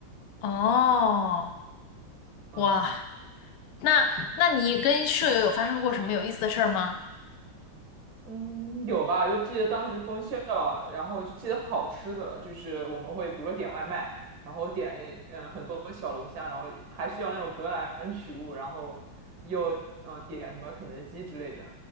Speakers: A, on the left; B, on the right.
A: 哦，
B: 嗯
A: 哇，那那你跟舍友有发生过什么有意思的事儿吗？
B: 嗯，有吧？就记得当时封校，然后就记得好吃的了，就是我们会比如说点外卖，然后点嗯很多小龙虾，然后还需要那种格兰取物，然后又嗯点什么肯德基之类的。